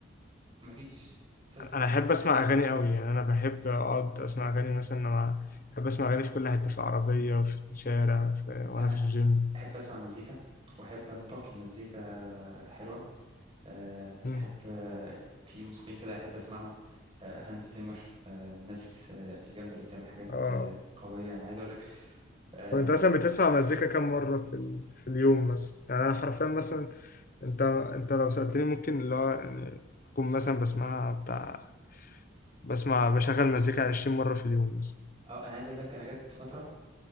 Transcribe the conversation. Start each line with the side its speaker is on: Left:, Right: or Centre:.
Right: مفيش صفر
Left: انا احب اسمع اغاني قوي يعني انا بحب اقعد اسمع اغاني مثلا لما بحب اسمع اغاني في كل حتة في العربية وفي الشارع في... وانا
Right: انا
Left: في الجيم
Right: احب اسمع مزيكا واحب انتقي مزيكا حلوه آه،
Left: مم.
Right: احب آه، في موسيقيين كده احب اسمعهم آه، هانز زيمر آه، من الناس آه، الجامده اللي بتعمل حاجات
Left: اه
Right: آه، قويه يعني عايز اقول لك اه
Left: طب انت مثلا بتسمع مزيكا كم مرة في ال... في اليوم مثلا يعني انا حرفيا مثلا انت انت لو سألتني ممكن اللي هو يعني اكون مثلا بسمعها بتاع بسمع بشغل مزيكا 20 مرة في اليوم مثلا
Right: آه، انا عايز اقول لك انا جت فتره